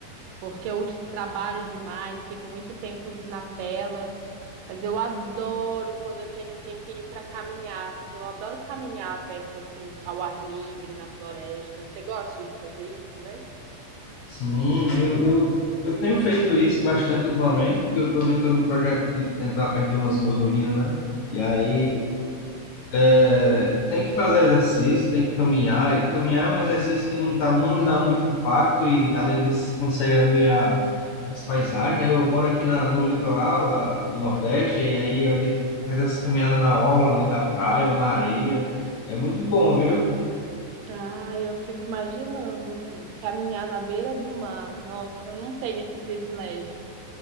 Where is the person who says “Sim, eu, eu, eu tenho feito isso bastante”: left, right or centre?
Left